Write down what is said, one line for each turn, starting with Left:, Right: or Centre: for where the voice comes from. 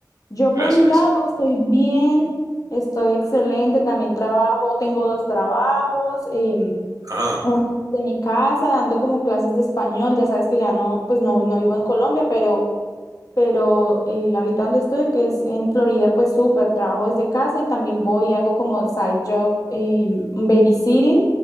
Left: Yo
Right: gracias,
Left: por mi
Right: Luisa.
Left: lado estoy bien, estoy excelente, también trabajo, tengo dos trabajos, em,
Right: Ah,
Left: uno de mi casa, dando como clases de español, ya sabes que ya no, pues no, no vivo en Colombia, pero, pero eh, ahorita donde estoy, que es en Florida, pues súper, trabajo desde casa y también voy y hago como side job, em, babysitting